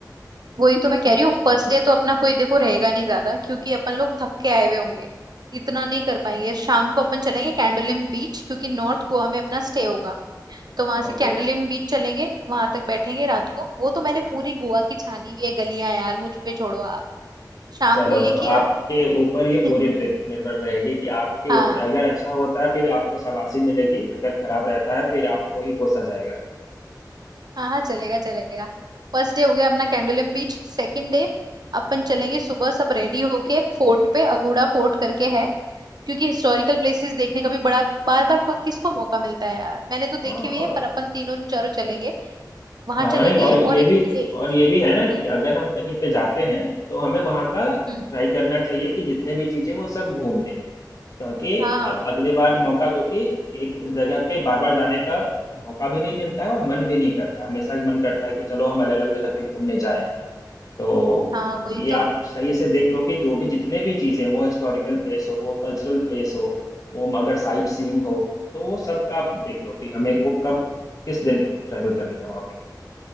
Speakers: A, on the right; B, on the left.
A: वही तो मैं कह रही हूँ फर्स्ट डे तो अपना कोई देखो रहेगा नहीं ज्यादा क्योंकि अपन लोग थक के आए हुए होंगे इतना नहीं कर पाएंगे शाम को अपन चलेंगे कैंडोलिम बीच क्योंकि नॉर्थ गोवा में अपना स्टे होगा तो वहां से
B: ओके
A: कैंडोलिम बीच चलेंगे वहां तक बैठेंगे रात को वो तो मैंने पूरी गोवा की छानी हुई है गलियां यार मुझ पे छोड़ो आप शाम
B: चलो
A: को ये
B: तो
A: किया
B: आपके ऊपर
A: <laughs>
B: ये पूरी ट्रिप निर्भर रहेगी कि आपके
A: हाँ
B: ऊपर अगर अच्छा होता है फिर आपको शाबाशी मिलेगी अगर खराब रहता है फिर आपको ही कोसा जाएगा
A: हाँ हाँ चलेगा चलेगा फर्स्ट डे हो गया अपना कैंडोलिम बीच सेकंड डे अपन चलेंगे सुबह सब रेडी होके फोर्ट पे अगुड़ा फोर्ट करके है क्योंकि हिस्टोरिकल प्लेसेस देखने का भी बड़ा बार बार किसको मौका मिलता है यार मैंने तो देखी
B: हाँ
A: हुई है पर अपन तीनों चारों चलेंगे वहां
B: हाँ
A: चलेंगे
B: नहीं और ये
A: और एक
B: भी
A: ए,
B: और ये भी है ना
A: हम्म
B: कि अगर हम कहीं पे जाते हैं तो हमें वहाँ का
A: हम्म,
B: ट्राई करना चाहिए कि जितने भी चीजें वो सब घूम ले क्योंकि
A: हाँ
B: अब अगले बार मौका क्योंकि एक जगह पे बार बार जाने का मौका भी नहीं मिलता है और मन भी नहीं करता हमेशा मन करता है कि चलो हम अलग अलग जगह पे घूमने जाएं तो
A: हाँ वही
B: ये आप
A: तो
B: सही से देख लो कि जो भी जितने भी चीजें वो हिस्टोरिकल प्लेस हो वो कल्चरल प्लेस हो वो अगर साइट सीइंग हो तो वो सब का आप देख लो कि हमें वो कब किस दिन ट्रैवल करना है वहाँ पे